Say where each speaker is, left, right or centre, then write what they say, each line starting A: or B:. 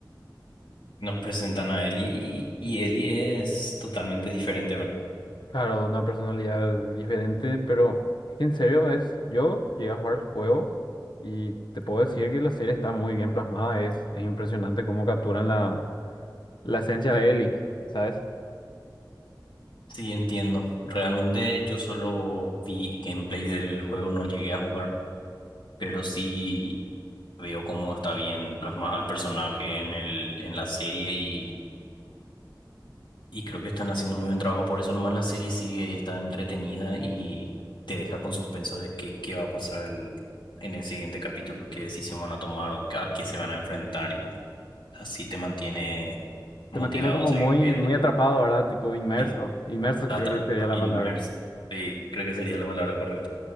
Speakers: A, on the left; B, on the left.
A: Nos presentan a Ellie y, y Ellie es totalmente diferente, ¿verdad?
B: Claro, una personalidad diferente, pero es que en serio es, yo llegué a jugar el juego y te puedo decir que la serie está muy bien plasmada, es, es impresionante cómo capturan la, la esencia de Ellie, ¿sabes?
A: Sí, entiendo. Realmente yo solo vi gameplay del juego, no llegué a jugar, pero sí veo cómo está bien plasmado el personaje en el, en la serie Y creo que están haciendo muy buen trabajo, por eso nomás la serie sigue y está entretenida y te deja con suspenso de qué, qué va a pasar el- en el siguiente capítulo, qué decisión van a tomar o a qué se van a enfrentar y así te mantiene motivado
B: Te mantiene como
A: a seguir
B: muy,
A: viendo.
B: muy atrapado, ¿verdad? Tipo inmerso,
A: Sí,
B: inmerso
A: la
B: creo
A: atrapa,
B: que sería la
A: inmerso.
B: palabra.
A: Sí, creo que sería la palabra correcta.